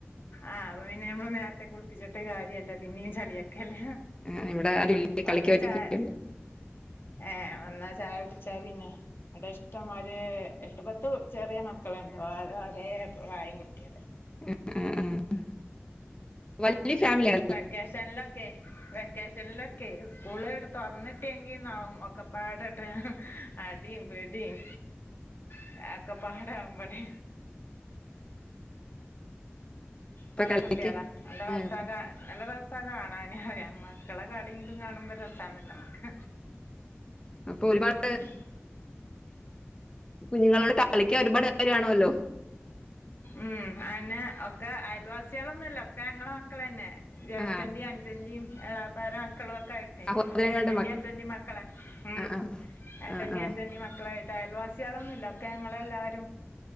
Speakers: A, on the left; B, on the left.
A: ആഹ് അപ്പൊ പിന്നെ നമ്മള് നേരത്തെ കുളിപ്പിച്ചിട്ട് കാര്യല്ല പിന്നെയും ചളിയാക്കല്ലേ
B: ആഹ് ഇവിടെ ആരൂല്ല
A: വന്ന്
B: കളിക്കാൻ ഒറ്റക്കോള്ളൂ
A: ചായ ഏഹ് വന്നാ ചായ കുടിച്ചാ പിന്നെ അവിടെ ഇഷ്ടംമാരി എട്ടുപത്ത് ചെറിയ മക്കളുണ്ടോ ഓര് ഒരേ പ്രായം കുട്ടിയാള്
B: ആഹ് ആഹ് ആഹ് വൽ വല്യ ഫാമിലിയാ
A: വെക്കേഷനിലൊക്കെ വെക്കേഷനിലൊക്ക് ക്കെ സ്കൂള് ഇങ്ങട് തൊറന്നിട്ടെങ്കിന്നാവും ഒക്കെ പാടങ്ങട്ട് അടീം പിടീം <unintelligible> പാടാവുമ്പളെ
B: അപ്പൊ
A: കൊറേ
B: കളിക്ക്
A: കുട്ട്യാളാ നല്ല രസാ
B: ആ, അപ്പൊ-
A: കാ നല്ല രസാ കാണാന് പറയാ മക്കളെ കളീം ഇതും കാണുമ്പോ രസാണല്ലോ ഇമ്മക്ക്
B: അപ്പൊ ഒരുപാട്
A: ആഹ് ഉം
B: കുഞ്ഞുങ്ങളോട് കളിക്കാൻ ഒരുപാട് പേര് കാണുവല്ലോ
A: ഉം അയന്നെ ഒക്കെ അയൽവാസ്യളൊന്നു അല്ല ഒക്കെ ഞങ്ങളെ മക്ക് ക്കളെന്നെ ജ്യേഷ്ഠന്റേം
B: ആ
A: അൻജന്റിം എളാപ്പാരേ മക്കളൊക്കെ ആയി <unintelligible>
B: സഹോദരങ്ങളുടെ
A: ഒക്കെ ഏട്ടന്റേം
B: മക്കൾ.
A: അൻജന്റേം മക്കളാ ഉം
B: ആ ആ
A: ഏട്ടന്റേം
B: ആ ആ ആ.
A: അൻജന്റേം മക്കളായി ട്ട് അയൽവാസ്യാളൊന്നുല്ല ഒക്കെ ഞങ്ങളെല്ലാരും